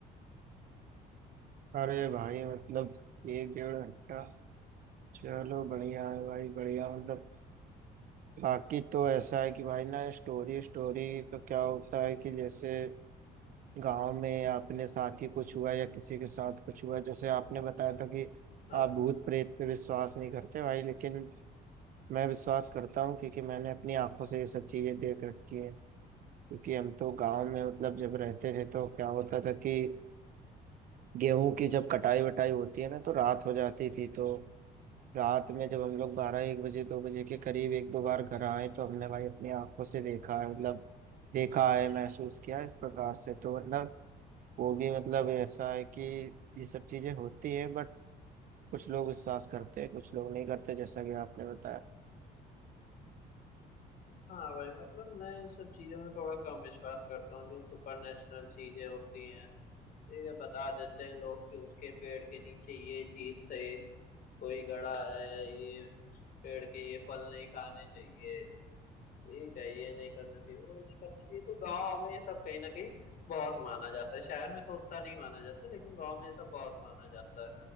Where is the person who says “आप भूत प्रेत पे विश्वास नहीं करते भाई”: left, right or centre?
Right